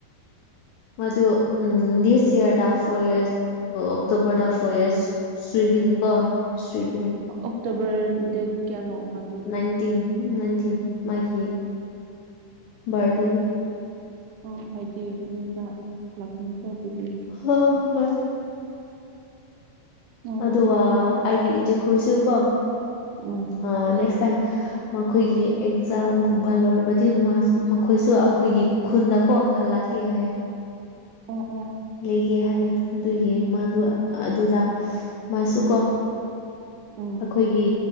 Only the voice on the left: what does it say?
ꯃꯗꯨ ꯗꯤꯁ ꯏ꯭ꯌꯥꯔꯗ ꯐꯣꯔ ꯏꯌ꯭ꯔꯁ ꯑꯣꯛꯇꯣꯕꯔꯗ ꯐꯣꯔ ꯏꯌ꯭ꯔꯁ ꯁ꯭ꯔꯤꯒꯤꯅꯤ ꯀꯣ ꯁ꯭ꯔꯤꯛ
ꯅꯟꯇꯤꯟ ꯅꯟꯇꯤꯟ ꯃꯥꯒꯤ ꯕꯥꯔꯗꯦꯗꯣ
ꯍ ꯍꯣꯏ
ꯑꯗꯨꯒ ꯑꯩꯒꯤ ꯏꯆꯦ ꯈꯨꯜꯁꯨꯀꯣ
ꯑꯥ ꯅꯦꯛꯁ ꯇꯥꯏꯝ ꯃꯈꯣꯏꯒꯤ ꯑꯦꯛꯖꯥꯝꯒꯨꯝꯕ ꯂꯣꯏꯔꯕꯗꯤ ꯃꯈꯣꯏꯁꯨ ꯑꯩꯈꯣꯏꯒꯤ ꯈꯨꯟꯗꯀꯣ ꯍꯜꯂꯛꯀ‌ꯦ ꯍꯥꯏꯌ‌ꯦ
ꯂꯩꯒꯦ ꯍꯥꯏꯌꯦꯦ ꯑꯗꯨꯒꯤ ꯃꯥꯗꯨ ꯑꯗꯨꯗ ꯃꯥꯁꯨ ꯀꯣ
ꯑꯩꯈꯣꯏꯒꯤ